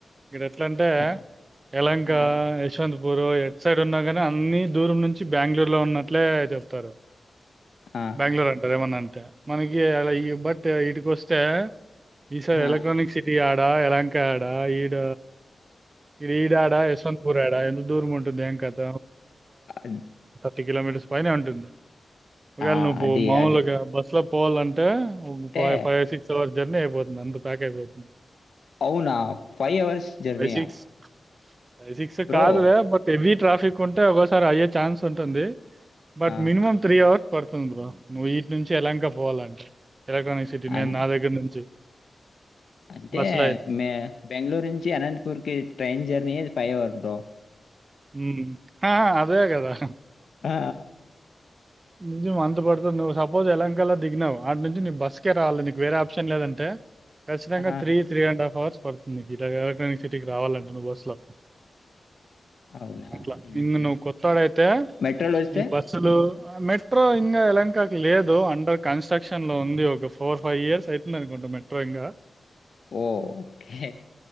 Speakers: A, on the right (about 40°); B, on the left (about 70°).
A: ఇక్కడ ఎట్లంటే
B: ఆ,
A: యలంక
B: ఆ,
A: యశ్వంత్ ఉరు ఎట్ సైడ్ ఉన్నా కాని అన్ని దూరం నుంచి బెంగళూరు లో ఉన్నట్లే చెప్తారు
B: ఆ,
A: బెంగళూరు
B: ఆ,
A: అంటరు ఏమన్ అంటే మనకి అలా ఈ బట్ ఇటుకొస్తే ఈ సారి
B: ఆ,
A: ఎలక్ట్రనిక్
B: ఆ.
A: సిటీ అ ఆ ఎలాంకా డ ఈడ ఈ ఈ ఆడా యశ్వంత పూర్ ఆడా ఎంత దూరు ముంటంది ఎంకాంట
B: అను
A: టి కిలోమీటర్స్ పైనే వుంటుంది ఒగాల
B: ఆ,
A: నువ్వు
B: అది
A: మామలుగా
B: అది
A: బస్లా పోల్ల అంటే
B: అంటే
A: వ ఫైవ్ సిక్స్ జర్నీ అయిపోతుంది అందు ప్యాక్ అయిపోతుంది
B: అవునా ఫైవ్ అవర్స్ జర్నీయా
A: ఫైవ్ సిక్స్ ఫైవ్ సిక్స్
B: బ్రో
A: కాదులే బట్ ఎవి ట్రాఫిక్ ఉంటే ఒక్కో సార్ అయ్యే ఛాన్స్ ఉంటుంది బట్
B: ఆహా,
A: మినిమమ్
B: ఆహా.
A: త్రీ అవర్స్ పడుతుంది బ్రో నుయి నించి ఎలంక పోవాలంటే ఎలక్ట్రానిక్ సిటీ
B: అంతే
A: నేను నా దగ్గర నుంచి
B: అంటే
A: బస్సులో అయితే
B: మే బెంగళూరు నుంచి అనంతపూర్ కి ట్రైన్ జర్నీ పైవర్ బ్రో
A: ఉ అదేగదా
B: ఆ!
A: నిజం అంత పడుతుంది నువ్వు సపోజ్ ఎలంకల్ దిగినావు ఆడ్ నుంచి నీ బస్సుకే రావాలి నీకు వేరే ఆప్షన్ లేదంటే ఖచ్చితంగా
B: ఆహా!
A: త్రీ త్రీ అండ్ హాఫ్ అవర్ పడుతుంది ఇట గాక సిటీకి రావాలంటే నువ్ బస్సు లో
B: అవునా?
A: అట్లా
B: హుహు.
A: ఇంగ్ నువ్వు కొత్తోడయితే
B: మెట్రోలో వస్తే?
A: ఇంగ్ బస్సులు మెట్రో ఇంగా ఎలంకకి లేదు అండర్ కన్స్ట్రక్షన్ లో ఉంది ఒక ఫోర్ ఫైవ్ ఇయర్స్ అయితుంది అనుకుంటా మెట్రో ఇంకా
B: ఓకే